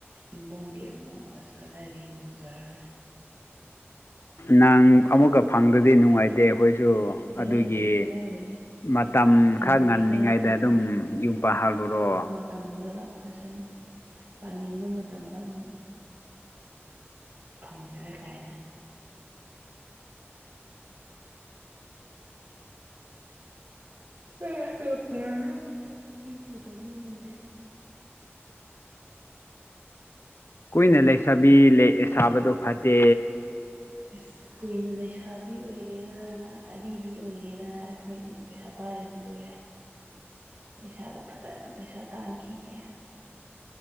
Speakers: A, on the right; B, on the left.
A: ꯏꯃꯨꯡꯒꯤ ꯑꯃꯨꯛ ꯑꯁ ꯀꯗꯥꯏꯗꯒꯤ ꯉꯝꯖꯔꯔꯣꯏ
B: ꯅꯪ ꯑꯃꯨꯛꯀ ꯐꯪꯗꯗꯤ ꯅꯨꯡꯉꯥꯏꯇꯦ ꯑꯈꯣꯏꯁꯨ
A: ꯀꯗꯥꯏꯗꯒꯤ
B: ꯑꯗꯨꯒꯤ
A: ꯀꯗꯥꯏꯗꯒꯤ
B: ꯃꯇꯝ
A: ꯐꯪꯒꯦꯔꯥ
B: ꯈꯥ ꯉꯜꯂꯤꯉꯩꯗ ꯑꯗꯨꯝ ꯌꯨꯝ ꯄꯥꯜꯍꯜꯂꯨꯔꯣ
A: ꯃꯥꯇꯝꯗ ꯂꯥꯛꯆꯁꯅꯤ ꯄꯥꯅꯤꯡꯕ ꯃꯇꯝꯗ ꯑꯗꯨꯝ ꯐꯪꯉꯔꯣꯢ ꯀꯥꯏꯅ ꯑꯦ ꯉꯝꯖꯔꯔꯣꯢ ꯌꯨꯝꯒ ꯄꯥꯟꯖ ꯅꯤꯡꯗꯦ꯫
B: ꯀꯨꯏꯅ ꯂꯩꯁꯕꯤ ꯂꯩ ꯁꯥꯕꯗꯣ ꯐꯠꯇꯦ꯫
A: ꯏꯁ! ꯀꯨꯏꯅ ꯂꯩꯁꯥꯕꯤ ꯑꯣꯏꯒꯦꯔꯥ ꯑꯔꯤꯕꯤ ꯑꯣꯏꯒꯦꯔꯥ ꯑꯈꯣꯏꯗꯤ ꯄꯩꯁꯥ ꯄꯥꯏꯔꯗꯤ ꯂꯣꯏꯔꯦ꯫ ꯄꯩꯁꯥꯗꯨ ꯐꯖꯅ ꯄꯩꯁꯥ ꯇꯥꯟꯈꯤꯒꯦ꯫